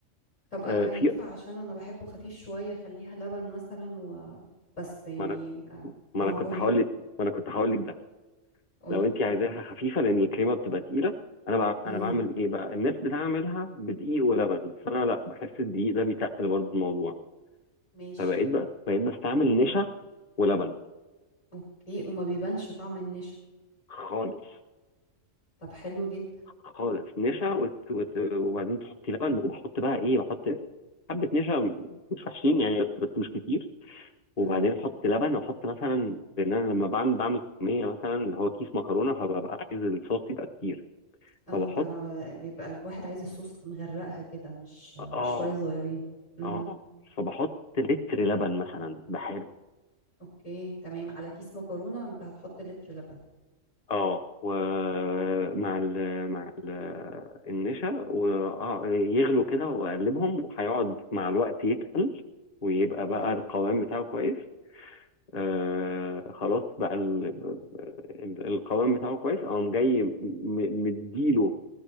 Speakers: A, on the left; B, on the left.
A: طب انا
B: آه، في
A: ينفع عشان انا بحبه خفيف شوية خليها لبن مثلا و بس يعني
B: ما انا
A: اه
B: ما
A: آه،
B: انا كنت
A: قولي
B: هقول لك ما انا كنت هقول لك ده
A: قولي
B: لو انت عايزاها خفيفة لان الكريمة بتبقى تقيلة انا بع...
A: امم
B: انا بعمل ايه بقى الناس بتعملها بدقيق ولبن بس انا لا بحس الدقيق ده بيتقل برضه الموضوع
A: ماشي
B: فبقيت بقى بقيت بستعمل نشا ولبن
A: اوكي وما بيبانش طعم النشا
B: خالص
A: طب حلو جدا
B: خالص نشا وت... وت... وبعدين تحطي لبن وبحط بقى ايه بحط حبه نشا مش وحشين يعني بس, بس مش كتير وبعدين
A: امم
B: احط لبن واحط مثلا لان انا لما بعمل بعمل كميه مثلا اللي هو كيس مكرونه فببقى عايز الصوص يبقى كتير
A: اه
B: فبحط
A: انت بيبقى الواحد عايز الصوص مغرقها كده مش مش
B: اه
A: شوية صغيرين امم
B: اه فبحط لتر لبن مثلا بحاله
A: اوكي تمام على كيس مكرونة انت هتحط لتر لبن
B: اه ومع ال مع ال النشا ويغلوا كده واقلبهم وهيقعد مع الوقت يتقل ويبقى
A: امم
B: بقى القوام بتاعه كويس آه خلاص بقى ال... ال- القوام بتاعه كويس اقوم جاي م- م- مديله